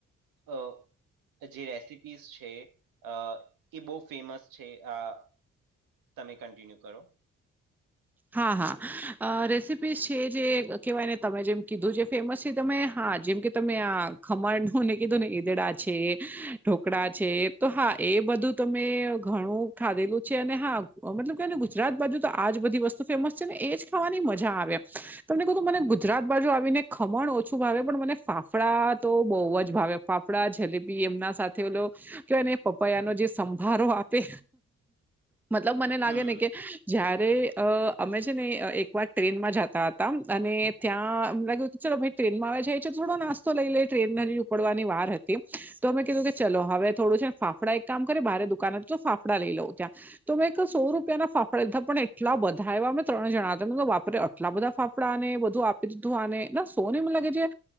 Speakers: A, on the right; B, in the centre.
A: અ જે રેસીપીઝ છે અ એ બહુ ફેમસ છે આ તમે કન્ટિન્યુ કરો
B: હા હાઅ રેસીપીસ છે જે કેહેવાય ને તમે જેમ કીધું છે. ફેમસ તમે હા જેમ કે તમે આ ખમણ નું ને કીધું ને ઈદડા છે. ઢોકળા છે તો હા એ બધું તમે ઘણું ખાધેલું છે અને હા મતલબ કે એને ગુજરાત બાજુ તો આજ બધી વસ્તુ ફેમસ છે ને એજ ખાવાની મજા આવે. તમને કહું મને ગુજરાત બાજુ આવીને ખમણ ઓછું ભાવે પણ મને ફાફડા તો બહુ જ ભાવે. ફાફડા જલેબી એમના સાથે ઓલો કેને પપૈયાનો જે સંભારો આપે. મતલબ મને લાગે
A: હમ.
B: ને કે જ્યાર રે અ અમે છે ને એક વાર ટ્રેનમાં જતા હતા અને ત્યાં મેં કીધુ ચલો ભઈ ટ્રેન માં આવે છેાય એ છે થોડો નાસ્તો લઈ લઈ ટ્રેન ને હજી ઉપડવાની વાર હતી તો અમે કીધું કે ચલો હવે થોડું છે ફાફડા એક કામ કરી બારે દુકાનથી તો ફાફડા લઈ લઉં ત્યાં તો મેં એક સો રૂપિયા ના ફાફડા લીધા પણ એટ આટલા બધા આયવા અમે ત્રણે જણા હતા ને તો બાપરે આટલા બધા ફાફડાને બધું આપી દીધું આને નસ તોને મને લાગે છે